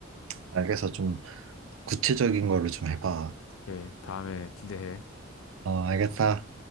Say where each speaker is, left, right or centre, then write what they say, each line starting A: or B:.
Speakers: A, on the right; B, on the left.
A: 알겠어. 좀 구체적인 거를 좀 해봐.
B: 오케이, 다음에 기대해.
A: 어, 알겠다.